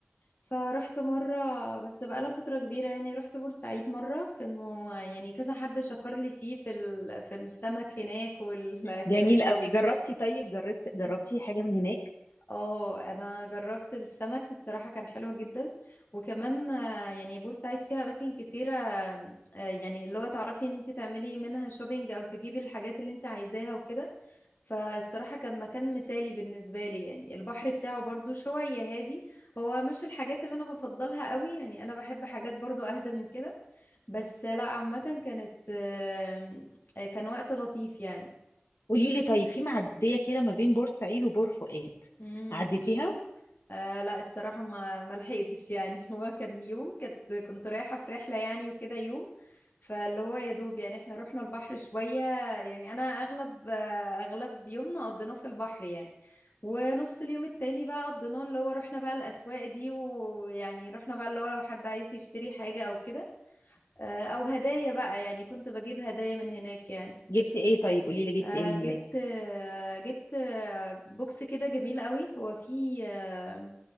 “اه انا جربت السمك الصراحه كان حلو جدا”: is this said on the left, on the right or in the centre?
Left